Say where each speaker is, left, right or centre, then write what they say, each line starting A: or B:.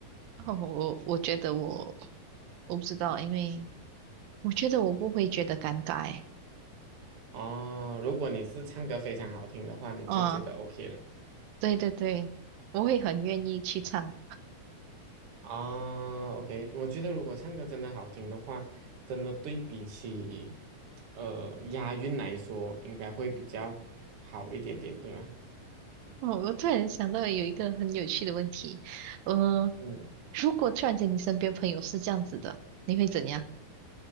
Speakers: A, on the right; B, on the right.
A: 哦，我我觉得我我不知道，因为我觉得我不会觉得尴尬欸。
B: 哦，如果你是唱歌非常好听的话，你就觉得
A: 嗯，
B: OK 了。
A: 对对对，我会很愿意去唱。
B: 啊，OK，我觉得如果唱歌真的好听的话，真的对比起呃押韵来说，应该会比较好一点点，对吗？
A: 哦，我突然想到有一个很有趣的问题，呃，
B: 嗯，
A: 如果突然间你身边朋友是这样子的，你会怎样？